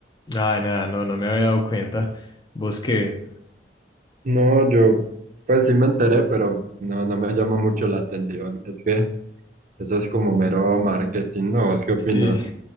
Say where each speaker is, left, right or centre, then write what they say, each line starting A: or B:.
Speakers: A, on the left; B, on the right.
A: Ah, nada, no, no me había dado cuenta. ¿Vos qué?
B: No, yo, pues sí me enteré, pero no, no me llama mucho la atención. Es que eso es como mero marketing, ¿no? ¿Vos qué opinas?
A: Sí, <laughs>